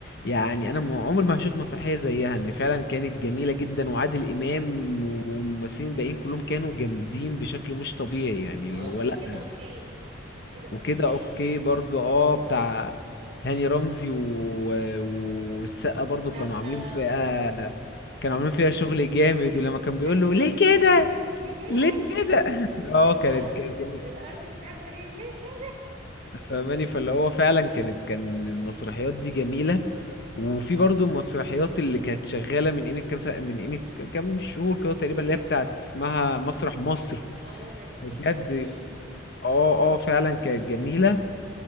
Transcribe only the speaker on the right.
اه
وكده
اوكي وكده اوكي
كانت
روعه
سقا
بتاعت
الحتة
بتاعت الحياة ليه كده
<laughs>
الأرض
الأرض مش عارفة ايه ليه
اه
اه ده جميل
قوي